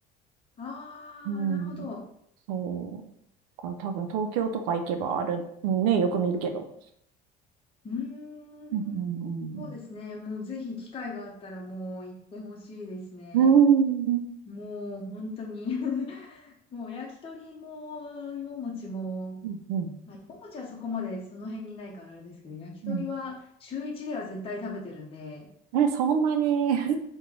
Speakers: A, on the left; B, on the right.
A: あー、
B: うん。
A: なるほど。
B: そう。だから多分東京とか行けばある、ね、よく見るけど。
A: うーん。
B: うんうんうんうん
A: そうですね。もうぜひ機会があったらもう行ってほしいですね。
B: うーん、
A: もう本当に <laughs> もう焼き鳥も芋餅も、
B: うん、うん、
A: まあ、芋餅はそこまでその辺にないからあれですけど、焼き鳥は週一では絶対食べてるんで、
B: うん。え、そんなに